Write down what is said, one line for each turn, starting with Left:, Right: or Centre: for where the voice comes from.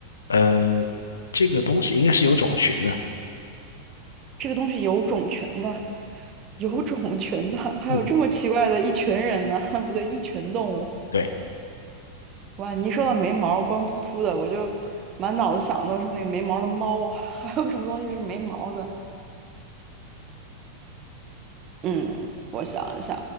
Left: 呃，这个东西应该是有种群的。
Right: 这个东西有种群的，有种群的，还有这么奇怪的一群人呢？
Left: 嗯，
Right: <laughs> 不对，一群动物。
Left: 对，
Right: 哇，你一说到没毛、光秃秃的，我就满脑子想的都是那个没毛的猫，<laughs> 还有什么东西是没毛的？嗯，我想一下，